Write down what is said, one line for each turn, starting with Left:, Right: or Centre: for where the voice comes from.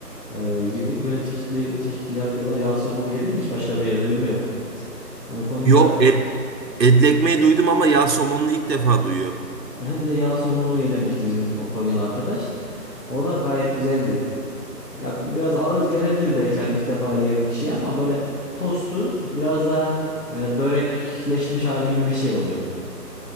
Left: e, gibi böyle çeşitli çeşitli yapıyorlar. Yağ somunu yedim mi hiç başka bir yerde bilmiyorum. Yani Konya'da
Right: Yok et, etli ekmeği duydum ama yağ somonunu ilk defa duyuyorum.
Left: Hı, bir de yağ somunu yedirmişti bizim o Konyalı arkadaş. O da gayet güzeldi. Ya biraz ağır gelebilir belki hani ilk defa yiyen bir kişiye ama böyle tostun biraz daha e, börekleşmiş hali gibi bir şey oluyor.